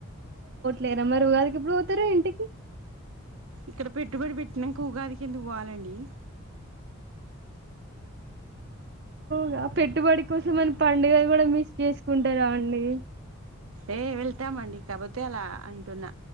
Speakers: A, on the right (about 50°); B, on the right (about 75°).
A: లేదా మరి ఉగాదికి ఎప్పుడు పోతారు ఇంటికి
B: ఇక్కడ పెట్టుబడి పెట్టినాకా ఉగాదికి ఎందుకు పోవాలండి
A: గా పెట్టుబడి కోసం అని పండుగలు కూడా మిస్ చేసుకుంటారా అండి
B: ఏ వెళ్తామండి కాకపోతే అలా అంటున్నా